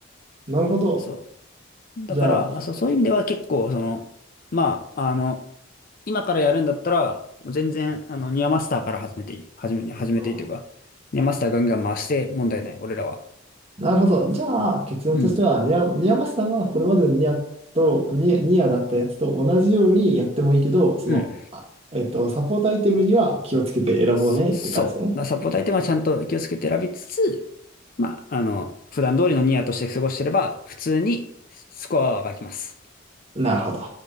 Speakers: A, on the right (about 30°); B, on the left (about 45°).
A: なるほど。
B: そう。だから、
A: じゃあ、
B: まあそう、そういう意味では結構、その、まあ、あの、今からやるんだったら、全然、あの、ニアマスターから始めていい。始め、始めていいというか、
A: うん
B: ニアマスターガンガン回して問題ない。俺らは。
A: なるほど。じゃあ、結論としては、
B: うん。
A: ニア、ニアマスさんはこれまでのニアと、ニア、ニアだったやつと同じようにやってもいいけど、その、
B: うん。
A: あえっと、サポートアイテムには気をつけて選ぼうねって感じだね。
B: そそう。だサポートアイテムはちゃんと気をつけて選びつつ、まあ、あの、普段通りのニアとして過ごしてれば、普通にスコアは上がります。
A: なるほど。